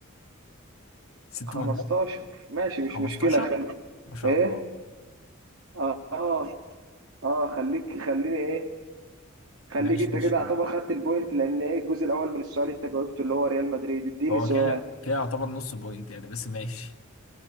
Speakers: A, on the left (about 75°); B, on the right (about 65°).
A: ست
B: 15
A: مرات
B: ماشي مش
A: 15
B: مشكلة خلي
A: ما شاء
B: ايه
A: الله
B: اه اه آه، خليك خليني ايه خليك
A: ماشي
B: انت
A: ماشي
B: كده اعتبر خدت البوينت لان ايه الجزء الاول من السؤال انت جاوبته اللي هو ريال مدريد اديني
A: هو
B: سؤال
A: كده كده يعتبر نص بوينت يعني بس ماشي